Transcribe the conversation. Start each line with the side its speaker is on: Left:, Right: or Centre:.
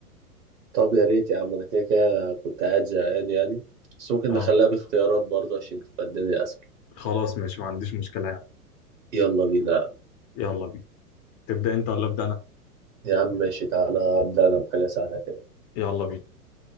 Right: طب يا ريت يا عم انا كده كده كنت قاعد زهقان يعني بس ممكن
Left: أه
Right: نخليها باختيارات برضه عشان تبقى الدنيا اسهل
Left: خلاص ماشي ما عنديش مشكلة يعني
Right: يلا بينا يا عم
Left: يلا بينا تبدأ أنت ولا أبدأ أنا
Right: يا عم ماشي تعالى ابدا انا بحاجه سهله كده
Left: يلا بينا